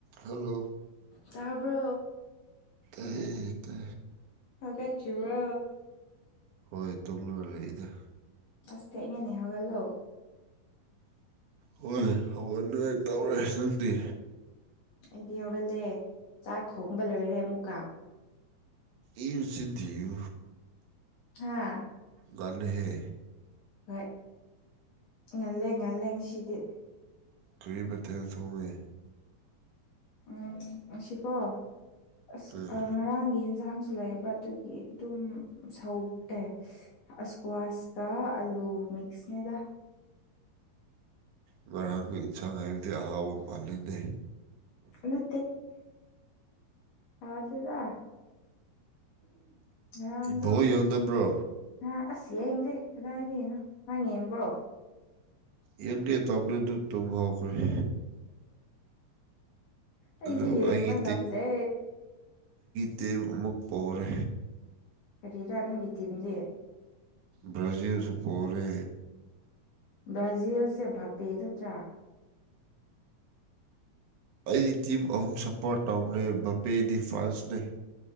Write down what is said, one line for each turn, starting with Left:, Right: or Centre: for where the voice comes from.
Right: Hello
Left: ꯇꯕ
Right: ꯑꯦ ꯀ
Left: ꯍꯥꯏꯆ ꯋꯥ
Right: ꯍꯣꯏ ꯇꯨꯝꯂꯒ ꯂꯩꯗ
Left: ꯑꯁꯦ ꯏꯉꯅꯦ ꯍꯒꯂꯣ
Right: ꯍꯣꯏ ꯍꯧꯒꯠꯅꯤꯉꯥꯏ ꯇꯧꯔꯦ ꯅꯪꯗꯤ
Left: ꯑꯩꯗꯤ ꯍꯧꯒꯠꯂꯦ ꯆꯥꯛ ꯊꯣꯡꯕ ꯂꯣꯏꯔꯦ ꯑꯃꯨꯛꯀ
Right: ꯏ ꯁꯤꯗꯤꯤ
Left: ꯍꯥꯥ
Right: ꯂꯍꯦ
Left: ꯍꯣꯏ ꯉꯜꯂꯦ ꯉꯜꯂꯦ ꯉꯁꯤꯗꯤ
Right: ꯀꯔꯤ ꯃꯊꯦꯡ ꯊꯣꯡꯉꯦ
Left: ꯎꯝ ꯉ ꯁꯤꯀꯣ ꯑꯁ
Right: ꯎꯝ
Left: ꯉꯔꯥꯡꯒꯤ ꯏꯟꯁꯥꯡ ꯁꯨ ꯂꯩꯕ ꯑꯗꯨꯒꯤ ꯑꯗꯨꯝ ꯁꯧꯑꯦ ꯑꯁꯀ꯭ꯋꯥꯁꯀ ꯑꯂꯨ ꯃꯛꯁꯅꯦꯗꯥ
Right: ꯉꯔꯥꯡꯒꯤ ꯏꯟꯁꯥꯡ ꯍꯥꯏꯕꯗꯤ ꯑꯍꯥꯎꯕ ꯃꯥꯜꯂꯤꯗꯦ
Left: ꯃꯦ ꯌꯥꯗꯦꯗ ꯉꯔꯥꯡꯗꯣ
Right: ꯕꯣꯜ ꯌꯦꯡꯗꯕ꯭ꯔꯣ
Left: ꯉꯔꯥꯡ ꯑꯁꯤ ꯌꯦꯡꯗꯦ ꯀꯗꯥꯏꯗꯅꯣ ꯅꯪ ꯌꯦꯡꯕꯣ
Right: ꯌꯦꯒꯦ ꯇꯕꯅꯤꯗꯨ ꯇꯈ꯭ꯔꯦ
Left: ꯑꯩꯗꯤ
Right: ꯑꯗꯨ
Left: ꯌꯦꯡꯕ
Right: ꯑꯩꯒꯤ
Left: ꯉꯝꯗꯦ
Right: ꯇ ꯑꯃꯃ ꯄꯣꯔ
Left: ꯀꯔꯤꯔꯥ ꯅꯪꯒꯤ ꯇꯤꯝꯗꯤ
Right: ꯭ꯔꯖꯤꯜꯁꯨ ꯄꯔꯦ
Left: ꯕ꯭ꯔꯥꯖꯤꯜꯁꯦ ꯚꯥꯞꯄꯦ ꯅꯠꯇ꯭ꯔꯥ
Right: ꯑꯩꯗꯤ ꯇꯤꯝ ꯑꯍꯨꯝ ꯁꯄꯣꯔꯠ ꯇꯧꯕꯅꯦ ꯕꯄꯦꯗꯤ ꯐ꯭ꯔꯥꯟꯁꯅꯦ